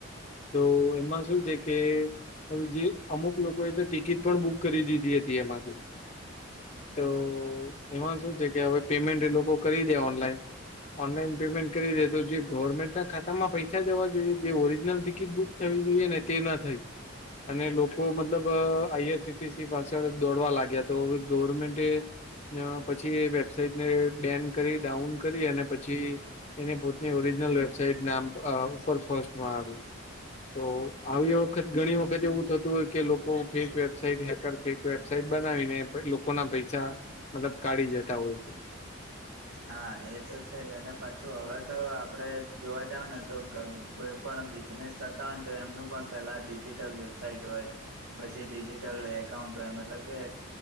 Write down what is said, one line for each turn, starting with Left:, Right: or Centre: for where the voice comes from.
Left: તો એમાં શું છે કે હવેજે, અમુક લોકોએ તો ટિકિટ પણ બુક કરી દીધી હતી એમાંથી. તો એમાં શું છે, કે હવે પેમેન્ટ એ લોકો કરી દે ઓનલાઈન. ઓનલાઈન પેમેન્ટ કરી દે તો, જે ગવર્મેન્ટના ખાતામાં પૈસા જવા જોઈએ જે ઓરિજનલ ટી કિટ બુક થવી જોઈએને તે ના થઈ. અને લોકો મતલબ અ I R C T C પાછળ દોડવા લાગ્યા, તો ગવર્મેન્ટે પછી એ વેબસાઇટ ને બેન કરી, ડાઉન કરી અને પછી એને પોતની ઓરિજનલ વેબસાઈટ નામ ઉપર ફસ્ટમાં આવ્યું. તો આવી વખત ઘણી વખત એવું થતું હોય કે, લોકો fake website hacker fake website બનાવીને ભાઈ લો કોના પૈસા, મતલબ કાઢી જતા હોય છે.
Right: હા એ તો છેજ, અને પાછું હવે તો આપડે જોવા જાવો ને તો, ગબ કોઈ પણ બિઝનેસ કરતા હોય ને તો એમનું પણ પેલા ડિજિટલ વેબસઇટ હોય. પછી ડિજીિટલ એકાઉન્ટ હોય મતલબ કે